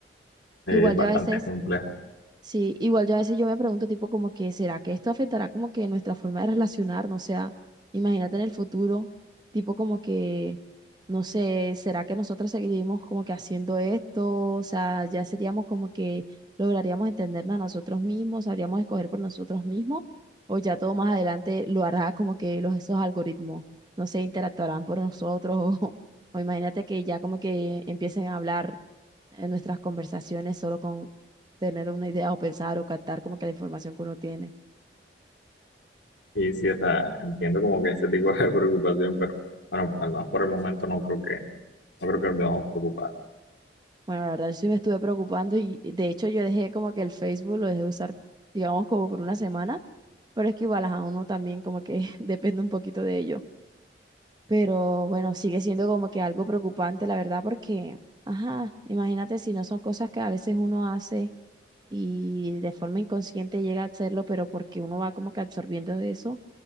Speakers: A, on the left; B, on the right.
A: Eh,
B: Igual
A: Es bastante
B: yo a veces
A: compleja.
B: Sí, igual yo a veces yo me pregunto tipo como que, ¿será que esto afectará como que nuestra forma de relacionarnos? O sea, imagínate en el futuro, tipo como que, no sé, ¿será que nosotros seguiremos como que haciendo esto? O sea, ya seríamos como que lograríamos entendernos a nosotros mismos, sabríamos escoger por nosotros mismos, o ya todo más adelante lo hará como que los, esos algoritmos, no sé, interactuarán por nosotros, <laughs> o, o imagínate que ya como que empiecen a hablar en nuestras conversaciones solo tener una idea o pensar o captar como que la información que uno tiene.
A: Y sí, o sea, entiendo como que ese tipo de <laughs> preocupación, pero bueno, al menos por el momento no creo que, no creo que nos debamos preocupar.
B: Bueno, la verdad yo sí me estuve preocupando y y de hecho yo dejé como que el Facebook lo dejé de usar, digamos, como por una semana, pero es que igual a uno también como que <laughs> depende un poquito de ello. Pero bueno, sigue siendo como que algo preocupante, la verdad, porque, ajá, imagínate si no son cosas que a veces uno hace y de forma inconsciente llega a hacerlo, pero porque uno va como que absorbiendo de eso, o